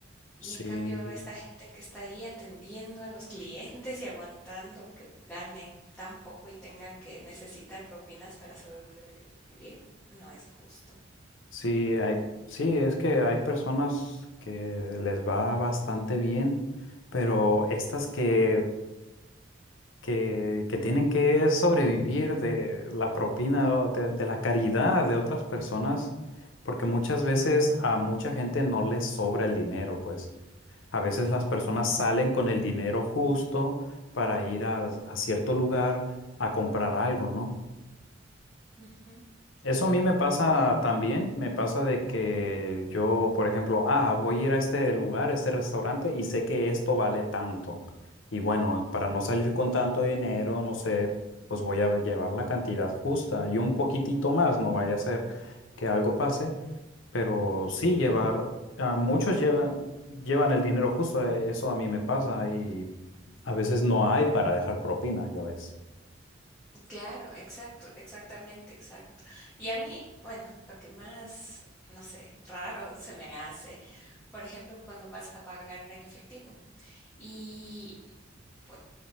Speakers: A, on the left (about 80°); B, in the centre.
A: sí,
B: y en cambio, esta gente que está ahí atendiendo a los clientes y aguantando que ganen tan poco y tengan que necesitar propinas para sobrevivir, no es justo.
A: sí, hay, sí, es que hay personas que les va bastante bien, pero estas que que, que tienen que sobrevivir de la propina, de, de la caridad de otras personas, porque muchas veces a mucha gente no les sobra el dinero, pues a veces las personas salen con el dinero justo para ir a, a cierto lugar a comprar algo, ¿no?
B: Ujú,
A: Eso
B: Claro.
A: a mí me pasa
B: Ah,
A: también, me pasa de que yo, por ejemplo, ah, voy a ir a este lugar, a este restaurante y sé que esto vale tanto. Y bueno, para no salir con tanto dinero, no sé, pues voy a llevar la cantidad justa y un poquitito más, no vaya a ser que algo pase, pero sí llevar, ah, muchos llevan, llevan el dinero justo, eh, eso a mí me pasa y a veces no hay para dejar propina, ya ves.
B: Claro, exacto, exactamente, exacto. Y a mí, bueno, lo que más, no sé, raro se me hace, por ejemplo, cuando vas a pagar en efectivo. Y pues,